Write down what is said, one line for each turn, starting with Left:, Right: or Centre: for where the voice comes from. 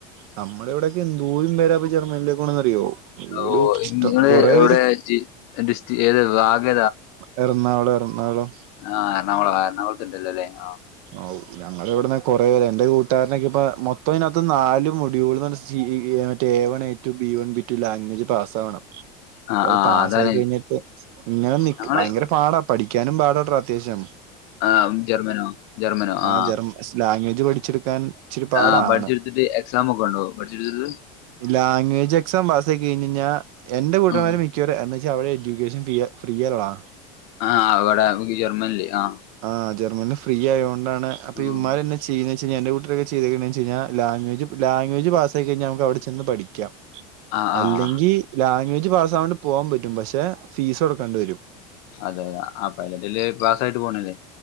Right: നമ്മടെ ഇവിടെയൊക്കെ എന്തോരും പേരാണ് ജർമ്മനിലേക്ക് പോണെന്നറിയോ? <unintelligible>
Left: ഓ നിങ്ങള് എവിടെ ജി ഡിസ്ട്രി ഏത് ഭാഗം
Right: എറണാകുളം, എറണാകുളം
Left: ആഹ് എർണാകുളം എർണാകുളത്തുണ്ടല്ലോ ല്ലേ ആഹ്
Right: ആഹ് ഊ ഞങ്ങള് ഇവട്ന്ന് കോറെ എന്റെ കൂട്ടുകാരനൊക്കെ പ്പ മൊത്തം അയ്നകത്ത് നാല് മുടിവുള് <unintelligible> റ്റേവൺ എറ്റു ബി വൺ ബിറ്റു ലാഗേജ് പാസ്സാവണം
Left: ആ
Right: അപ്പൊ അത്
Left: ആ
Right: പാസ്സായി
Left: അതാണ്
Right: കഴിഞ്ഞ ഇങ്ങനെ നിക്
Left: ഞങ്ങള്
Right: ഭയങ്കര പാടാ പഠിക്കാനും പാടാ ട്ടോ അത്യാവശ്യം
Left: ആഹ് ജർമ്മനോ ജർമ്മനോ
Right: ആഹ്
Left: ആ
Right: ജർമ്മ ലാഗേജ് പഠിച്ചെടുക്കാൻ ഇച്ചിരി പാടാണ്
Left: ആഹ് പഠിച്ചെട്ത്തിട്ട് എക്സാമോക്കെ ഉണ്ടോ പഠ്ച്ച് ഇട്ത്തിട്ട്
Right: ലാഗെജ് എക്സാം പാസ്സായി കഴിഞ്ഞയ്ഞാ എന്റെ കൂട്ടന്മാര്
Left: ഉം.
Right: മി മിക്കരും എന്തെച്ചാ അവിടെ എജുകേഷൻ ഫ്രീ അല്ലടാ
Left: ആഹ് അവ്ടെ ജർമ്മൻ ല്ല് ആഹ്
Right: ആഹ് ജർമ്മൻല്ല് ഫ്രീ ആയൊണ്ടാണ് അപ്പ
Left: ഉം.
Right: ഇവൻമാരെന്നെ ചെയ്യന്ന് വെച്ചയ്ഞ്ഞാ എന്റെ കുട്ടര് ചൈയ്ത്ക്ണ് ഓയ്ച്ചയ്ഞാ ലാഗേജ് ലാഗേജ് പാസ്സായി കഴിഞ്ഞാ നമുക്ക് അവിടെ ചെന്ന് പഠിക്കാ
Left: ആ ആ
Right: അല്ലെങ്കിൽ
Left: ആ.
Right: ലാഗ്വേജ് പാസ് ആവാണ്ട് പോകാൻ പറ്റും പക്ഷെ ഫീസ് കൊടുക്കേണ്ടി വരും
Left: അതെ അതെ അപ്പ അതിനെട്ടി നല്ലേ പാസായിട്ട് പോണയല്ലെ